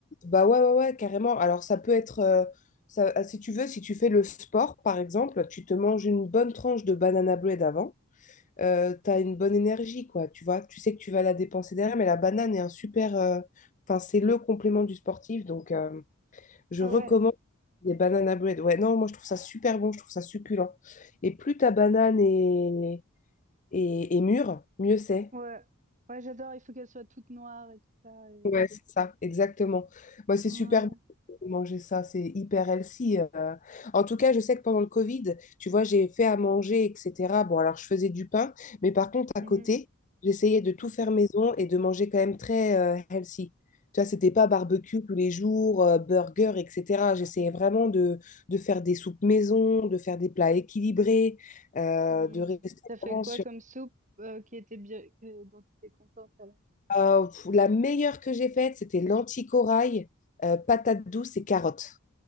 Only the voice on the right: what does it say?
Ah
ouais,
ouais. Ouais, j'adore, il faut qu'elle soit toute noire et tout ça. et-
Ouais.
Mhm.
Mhm.
Mm.
T'as fait
quoi
comme soupe euh, qui était bien, que- dont tu étais contente alors?